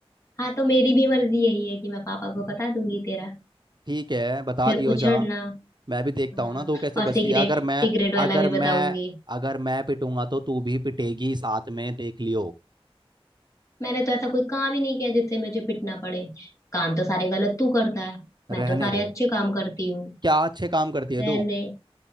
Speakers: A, on the left (about 30°); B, on the right (about 45°).
A: हाँ तो मेरी भी मर्जी यही है कि मैं पापा को बता दूंगी तेरा
B: ठीक है बता
A: फिर
B: दियो
A: उछड़ना
B: जा मैं भी देखता
A: हाँ
B: हूँ ना तू कैसे
A: और
B: बचती
A: सिगरेट
B: है अगर मैं
A: सिगरेट वाला
B: अगर
A: भी बताऊंगी
B: मैं अगर मैं पिटूंगा तो तू भी पिटेगी साथ में देख लियो
A: मैंने तो ऐसा कोई काम ही नहीं किया जिससे मुझे पिटना पड़े काम तो सारे गलत तू करता है
B: रहने
A: मैं तो सारे
B: दे
A: अच्छे काम करती हूँ
B: क्या अच्छे काम करती है
A: रहने
B: तू